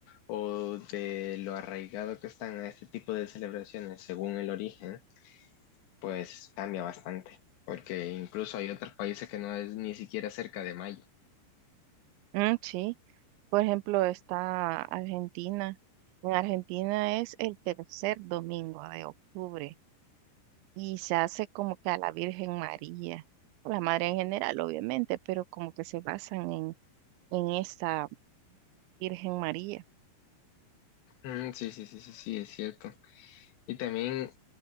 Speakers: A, on the left; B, on the right.
A: o de lo arraigado que están a este tipo de celebraciones según el origen, pues cambia bastante. Porque incluso hay otros países que no es ni siquiera cerca de mayo.
B: Mm, sí, por ejemplo, está Argentina. En Argentina es el tercer domingo de octubre y se hace como que a la Virgen María, a la Madre en general, obviamente, pero como que se basan en, en esta Virgen María.
A: Mm, sí, sí, sí, sí, sí, es cierto. Y también